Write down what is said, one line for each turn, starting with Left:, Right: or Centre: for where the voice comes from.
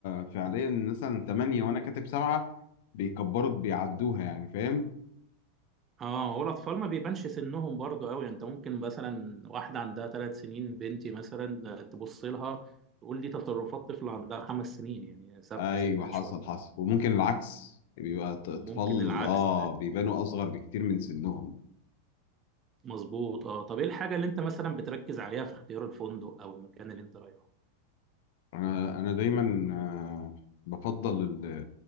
Left: فعليا مثلا 8 وانا كاتب 7 بيكبروا بيعدوها يعني فاهم
Right: اه هو الاطفال ما بيبانش سنهم برضه قوي انت ممكن مثلا واحده عندها ثلاث سنين بنتي مثلا آه، تبص لها تقول دي تصرفات طفل عندها خمس سنين يعني سابقه
Left: ايوه
Right: سنها
Left: حصل
Right: شويه
Left: حصل وممكن العكس بيبقى ط- اطفال
Right: وممكن العكس
Left: اه بيبانوا اصغر بكتير من سنهم
Right: مظبوط اه طب ايه الحاجة اللي انت مثلا بتركز عليها في اختيار الفندق او المكان اللي انت رايحه
Left: انا انا دايما آه، بفضل ال-